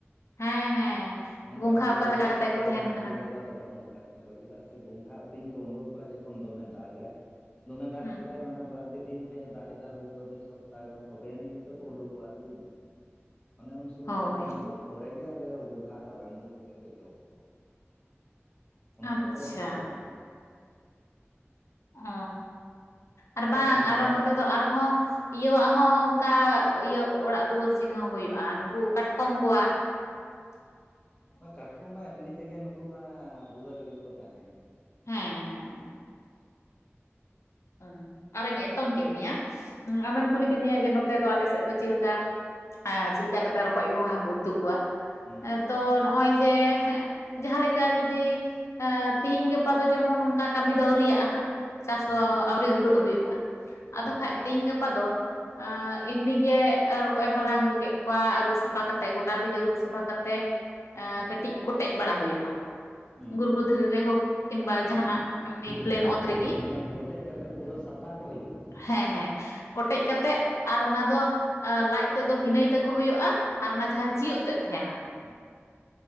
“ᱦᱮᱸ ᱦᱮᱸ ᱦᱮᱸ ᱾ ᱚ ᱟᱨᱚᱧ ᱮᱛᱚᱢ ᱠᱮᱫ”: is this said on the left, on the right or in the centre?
Left